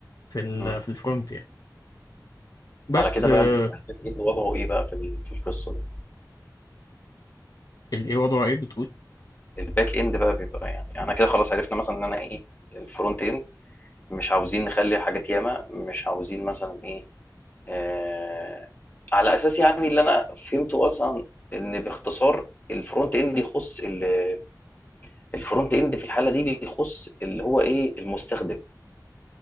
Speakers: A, on the left; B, on the left.
A: في ال
B: مم.
A: في الفرونت يعني بس
B: على كده
A: آه،
B: بقى بيبقى الباك إند وضعه إيه بقى في ال- في القصة دي
A: الايه وضعه ايه بتقول
B: الباك إند بقى بيبقى يعني يعني أنا كده خلاص عرفنا مثلا إن أنا إيه الفرونت إند مش عاوزين نخلي حاجات ياما مش عاوزين مثلا إيه آه على أساس يعني اللي أنا فهمته أصلا إن باختصار الفرونت إند يخص ال- الفرونت إند في الحالة دي بيخص اللي هو إيه المستخدم